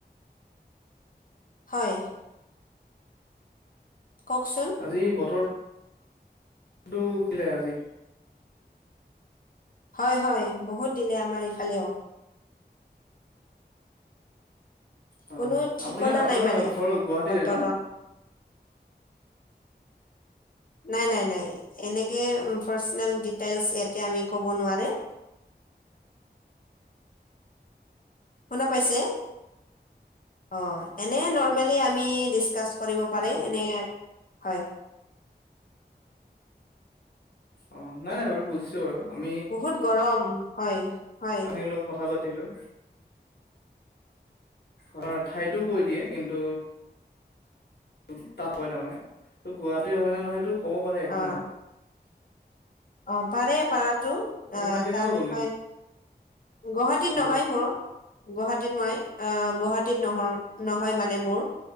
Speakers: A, on the left; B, on the left.
A: হয়। কওকচোন
B: আজি বতৰটো <unintelligible> লে আজি
A: হয়, হয় বহুত দিলে আমাৰ ইফালেও।
B: হয়
A: কোনো ঠিকনা
B: আপুনি আপোনাৰ
A: নাই মানে
B: ঘৰ গুৱাহাটীতে
A: বতৰৰ।
B: ন
A: নাই নাই নাই এনেকে পাৰ্চনেল ডিটেইলছ ইয়াতে আমি ক'ব নোৱাৰে। শুনা পাইছে? অঁ এনেই নৰ্মেলি আমি ডিছ কাছ কৰিব পাৰে। এনে হয়।
B: অ', নাই নাই বাৰু বুজিছো বাৰু আমি।
A: বহুত গৰম, হয়। হয়
B: আমি অলপ কথা পাতিলোঁ, অ' ঠাইতো কৈ দিয়ে। কিন্তু <unintelligible> তাত হয় তাৰমানে, ত গুৱাহাটীৰ হয়নে নহয় সেইটো ক'ব পাৰে একো
A: অ
B: নাই।
A: অ' পাৰে পাৰাটো,
B: আপোনাৰ
A: অ'
B: কেনেকুৱা
A: তাৰ
B: গ'ল
A: বিষয়ে গুৱাহাটীত
B: দিনটো
A: নহয় মোৰ। গুৱাহাটীত মই, অ' গুৱাহাটীত নহ নহয় মানে মোৰ।